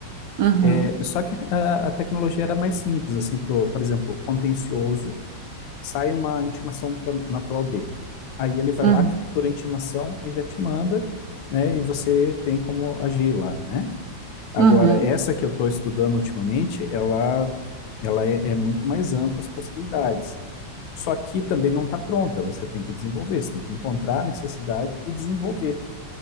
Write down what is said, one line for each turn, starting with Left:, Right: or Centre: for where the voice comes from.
Right: uhum.
Left: É, só que a, a tecnologia era mais simples, assim, pro, por exemplo, contencioso, sai uma intimação pra, na tua O B. Aí ele vai
Right: Uhum,
Left: lá, captura a intimação e já te manda, né? E você tem como agir lá, né? Agora,
Right: uhum,
Left: essa que eu estou estudando ultimamente, ela, ela é, é muito mais ampla as possibilidades. Só que também não está pronta, você tem que desenvolver, você tem que encontrar a necessidade e desenvolver,